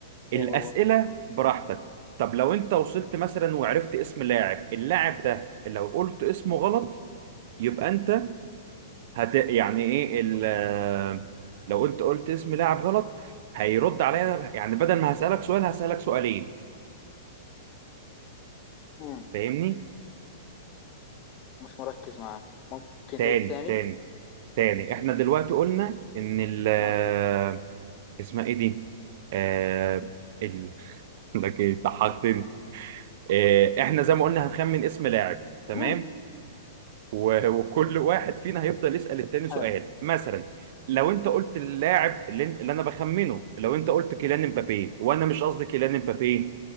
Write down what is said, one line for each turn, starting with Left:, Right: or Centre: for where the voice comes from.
Right: الاسئله
Left: إيه هو
Right: براحتك طب لو انت وصلت مثلا وعرفت اسم لاعب اللاعب ده لو قلت اسمه غلط يبقى انت هت يعني ايه ال آه، لو انت قلت اسم لاعب غلط هيرد عليا يعني بدل ما هسالك سؤال هسالك سؤالين
Left: مم.
Right: فاهمني
Left: مش مركز معك ممكن
Right: تاني
Left: تعيد تاني
Right: تاني تاني احنا دلوقتي قلنا ان ال آه،
Left: أوكي
Right: اسمها ايه دي آه ال <laughs> لك ايه ضحكتني آه، احنا زي ما قلنا هنخمن اسم لاعب تمام
Left: مم.
Right: و- وكل واحد فينا هيفضل يسأل التاني سؤال
Left: حلو
Right: مثلا لو انت قلت اللاعب اللي, اللي انا بخمنه لو انت قلت كيليان امبابي وانا مش قصدي كيليان امبابي